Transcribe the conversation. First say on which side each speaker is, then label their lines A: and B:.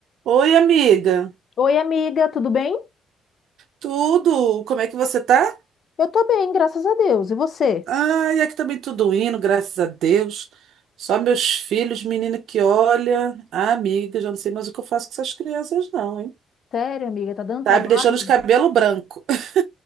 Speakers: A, on the right; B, on the left.
A: Oi, amiga.
B: Oi, amiga, tudo bem?
A: Tudo? Como é que você tá?
B: Eu tô bem, graças a Deus. E você?
A: Ai, aqui também tudo indo, graças a Deus. Só meus filhos, menina que olha. Ah, amiga, já não sei mais o que eu faço com essas crianças, não, hein?
B: Sério, amiga, tá dando
A: Tá
B: trabalho?
A: me deixando os cabelos branco. <laughs>